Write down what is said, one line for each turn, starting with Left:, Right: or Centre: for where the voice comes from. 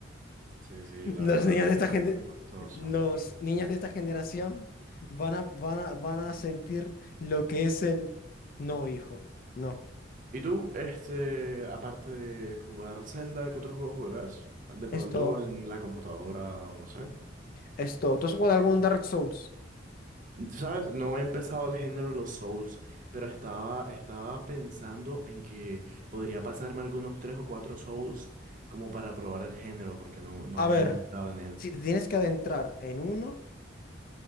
Right: Sí, sí,
Left: Los
Right: la verdad
Left: niños
Right: es
Left: de
Right: que
Left: esta
Right: es bastante
Left: gente,
Right: costoso.
Left: los niños de esta generación van a, van a, van a sentir lo que es el no, hijo. No.
Right: ¿Y tú, este, aparte de jugar Zelda, qué otro juego juegas? De pronto
Left: Esto,
Right: en la computadora, o no sé.
Left: esto. ¿Tú has jugado algún Dark Souls?
Right: ¿Sabes? No he empezado el género de los Souls, pero estaba, estaba pensando en que podría pasarme algunos tres o cuatro Souls como para probar el género, porque no, no
Left: A
Right: me
Left: ver,
Right: ha entrado en él.
Left: si te tienes que adentrar en uno,